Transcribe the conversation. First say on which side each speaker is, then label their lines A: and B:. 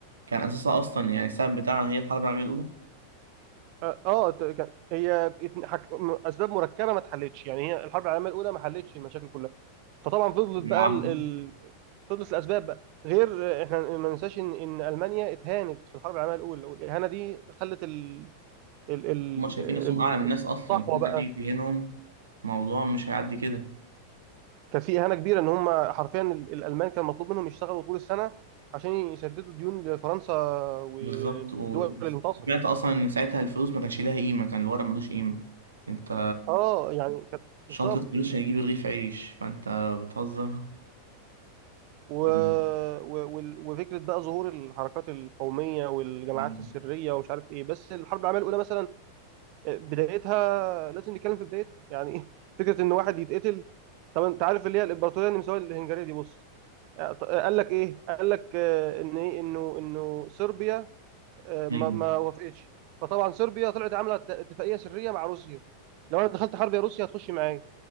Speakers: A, on the right; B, on the right.
A: كان اساسها اصلا يعني السبب بتاعها هي الحرب العالميه الاولى
B: اه آه، ت- كان هي ات- حك... م- اسباب مركبه ما اتحلتش يعني هي الحرب العالميه الاولى ما حلتش المشاكل كلها فطبعا فضلت
A: المعاهده
B: بقى ال... تدرس الاسباب بقى غير احنا ما ننساش ان ان المانيا اتهانت في الحرب العالميه الاولى والاهانه دي خلت ال ال ال
A: هما شايفين
B: ال-
A: نفسهم أعلى من الناس أصلا
B: الصحوه
A: فأنت
B: بقى
A: تيجي تهينهم الموضوع مش هيعدي كده
B: كان في اهانه كبيره ان هم حرفيا ال- الالمان كان مطلوب منهم يشتغلوا طول السنه عشان يسددوا ديون لفرنسا والدول
A: بالظبط وسمعت
B: اللي انتصرت
A: أصلا إن ساعتها الفلوس ما كانش ليها قيمة كان الورق ملوش قيمة أنت
B: اه يعني كانت
A: شنطة
B: بالظبط
A: فلوس عشان تجيب رغيف عيش فأنت بتهزر
B: و...
A: <laughs>
B: و... وال- وفكره بقى ظهور الحركات القوميه والجماعات
A: أمم.
B: السريه ومش عارف ايه بس الحرب العالميه الاولى مثلا بدايتها لازم نتكلم في بدايتها يعني ايه فكره ان واحد يتقتل طب انت عارف اللي هي الامبراطوريه النمساويه الهنغاريه دي بص آه، ط- آه، قال لك ايه قال لك آه، ان ايه انه انه صربيا آه، ما
A: أيوه
B: ما وافقتش فطبعا صربيا طلعت عامله ات- اتفاقيه سريه مع روسيا لو انا دخلت حرب يا روسيا هتخش معايا